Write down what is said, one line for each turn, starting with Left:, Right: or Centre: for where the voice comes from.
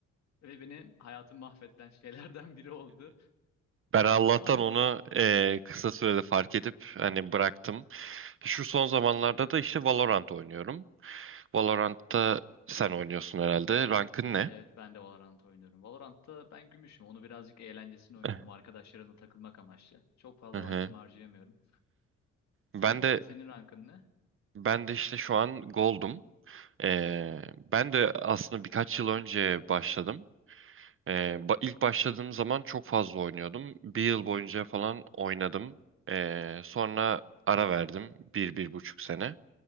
Left: ve beni hayatım mahveden <laughs> şeylerden biri oldu.
Right: Ben Allah'tan
Left: Ama hani
Right: onu e, kısa sürede fark edip hani bıraktım. Şu son zamanlarda da işte Valorant oynuyorum. Valorant'ta sen oynuyorsun herhalde. Rankın ne?
Left: evet ben de Valorant oynuyorum. Valorant'ta ben gümüşüm. Onu birazcık eğlencesine oynuyorum.
Right: <laughs> Eh,
Left: Arkadaşlarımla takılmak amaçlı. Çok fazla
Right: Hı hı.
Left: vaktimi harcayamıyorum. Sen
Right: Ben de
Left: senin rankın ne?
Right: ben de işte şu an Gold'um. Ee, ben de aslında birkaç yıl önce başladım. Ee, ba- ilk başladığım zaman çok fazla oynuyordum. Bir yıl boyunca falan oynadım. Ee, sonra ara verdim. Bir, bir buçuk sene.